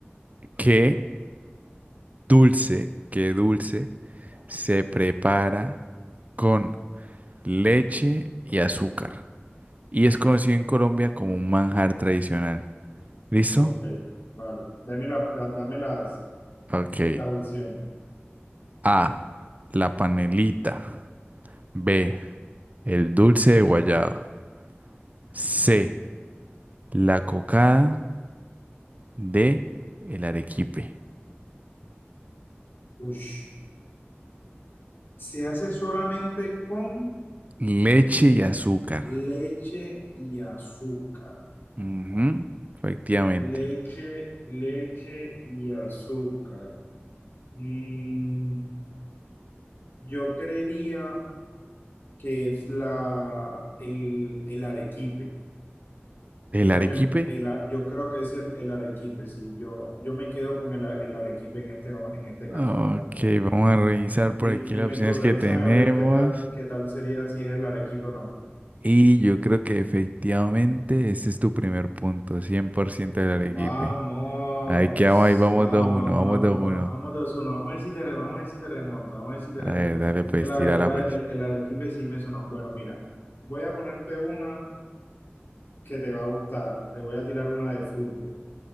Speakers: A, on the right; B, on the left.
A: ¿Qué dulce, qué dulce se prepara con leche y azúcar? y es conocido en Colombia como un manjar tradicional. ¿Listo?
B: Ok, vale. Dame, la, da- dame las,
A: Ok.
B: las opciones.
A: A. La panelita. B. El dulce de guayaba. C. La cocada. D. El arequipe.
B: Ush. Se hace solamente con
A: Leche y azúcar.
B: leche y azúcar.
A: Ujú, Efectivamente.
B: Leche, leche y azúcar. Mm, yo creería que es la, el, el arequipe,
A: ¿El
B: porque
A: arequipe?
B: el, el a- yo creo que es el, el arequipe, sí, yo, yo me quedo con el, a- el arequipe en este, en este caso,
A: Ok,
B: la verdad.
A: vamos a revisar
B: Di-
A: por aquí
B: Dime,
A: las opciones
B: tú, revísame
A: que tenemos.
B: a ver qué tal, qué tal sería si es el Arequipa o no.
A: Y yo creo que efectivamente ese es tu primer punto, Cien por ciento del arequipe.
B: Vamos,
A: Ahí quedamos, ahí vamos
B: vamos,
A: dos uno,
B: vamos,
A: vamos dos
B: vamos,
A: uno.
B: vamos dos uno Vamos a ver si te, re- vamos a ver si te remonto, vamos a ver si te
A: A
B: remonto.
A: ver, dale pues,
B: Que la
A: tírala
B: verdad,
A: pues.
B: el, el Arequipe sí me sonó. Bueno, mira, voy a ponerte una que te va a gustar. Te voy a tirar una de fútbol.